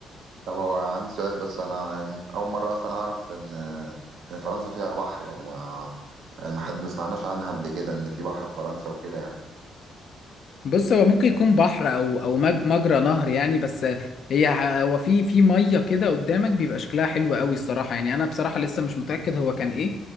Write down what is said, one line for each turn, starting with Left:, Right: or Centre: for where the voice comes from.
Right: طب هو عندي سؤال بس انا يعني اول مره اصلا اعرف ان ان فرنسا فيها بحر يعني ما يعني ما حد ما سمعناش عنها قبل كده ان في بحر في فرنسا وكده يعني
Left: بص هو ممكن يكون بحر او او مج- مجرى نهر يعني بس هي ه- هو في في ميه كده قدامك بيبقى شكلها حلو قوي الصراحه يعني انا بصراحه لسه مش متاكد هو كان ايه